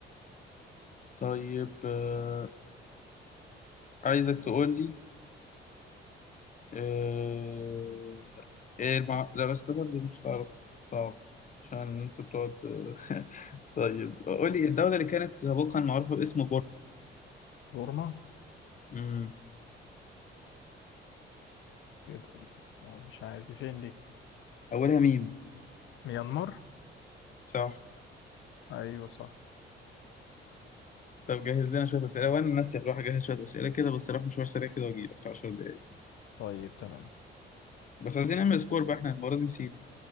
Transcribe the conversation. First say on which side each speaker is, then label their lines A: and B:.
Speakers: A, on the left (about 40°); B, on the left (about 75°).
A: طيب أه... عايزك تقول لي أه... إيه المع... لا بس ده برضه مش هتعرف صعب عشان أنت بتقعد <laughs> طيب قول لي الدولة اللي كانت سابقا معروفة باسم
B: بورما
A: بورما
B: يد- يعني مش عارف دي فين دي
A: اولها ميم
B: ميانمار
A: صح
B: ايوه صح
A: طب جهز لنا شويه اسئله وانا نفسي هروح اجهز شويه اسئله كده بس اروح مشوار سريع كده واجي لك في 10 دقايق
B: طيب تمام
A: بس عايزين نعمل سكور بقى احنا المره دي نسينا